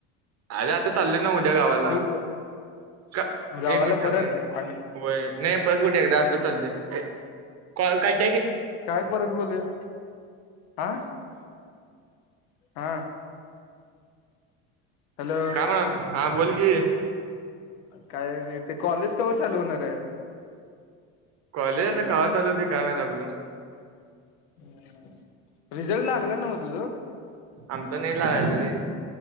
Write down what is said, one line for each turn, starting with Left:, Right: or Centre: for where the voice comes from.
Right: अरे आता चालोय नव्ह उद्या गावाला
Left: तू
Right: क
Left: गावाला
Right: एक मिनिट थांब
Left: परत
Right: ये
Left: आणि
Right: होय नाही परत कुठं एकदा आता चाललोय. कॉल काय --
Left: काय परत बोलूया आ? हा. हॅलो
Right: काम हाय हा बोल की
Left: काय नाही ते कॉलेज कव्हा चालू होणार हाय?
Right: कॉलेज आता कव्हा चालू होतय काय माहीत आपलं
Left: हुं. रिझल्ट लागला नव्ह तुझं?
Right: आमचा नाही लागायला रे